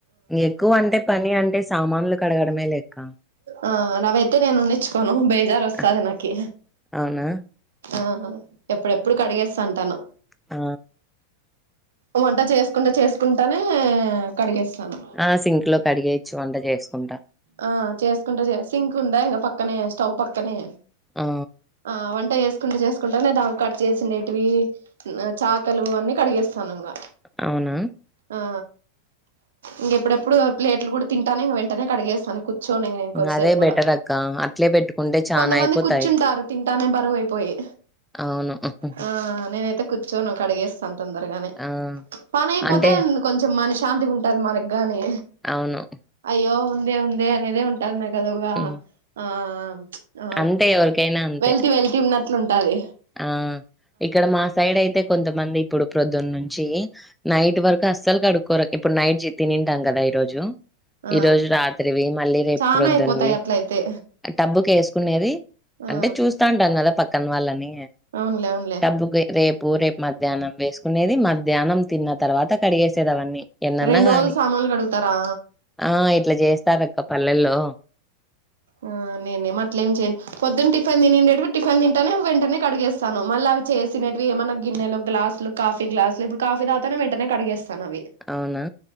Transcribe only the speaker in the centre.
ఎక్కువ అంటే పని అంటే సామాన్లు కడగడమే లేక్క
ఆ,
అవునా
ఆ
ఆ సింక్ లో కడిగేచ్చు వంట చేసుకుంటా
ఆ
అవునా
అదే
బెటర్ అక్క అట్లే పెట్టుకుంటే చానా
అయిపోతాయి
అవును
ఆ
అంటే
అవును
హ్మ్
అంతే ఎవరికైనా అంతే.
ఆ ఇక్కడ మా సైడ్ అయితే కొంతమంది ఇప్పుడు ప్రొద్దునుంచి నైట్ వరకు అస్సలు కడుక్కోరు ఇప్పుడు నైట్ జి తి తింటాం కదా ఈ రోజు
ఈ రోజు రాత్రివి మళ్ళీ రేపు
ప్రొద్దున్వి
డబ్బుకు వేసుకునేది
అంటే చూస్తా ఉంటా కదా పక్కన వాళ్ళని
డబ్బుకి రేపు రేపు మధ్యాహ్నం వేసుకునేది మధ్యాహ్నం తిన్న తర్వాత కడిగేసేది అవన్నీ ఎన్నన్నా
గాని.
ఆ ఇట్లా చేస్తారు అక్క పల్లెల్లో
అవునా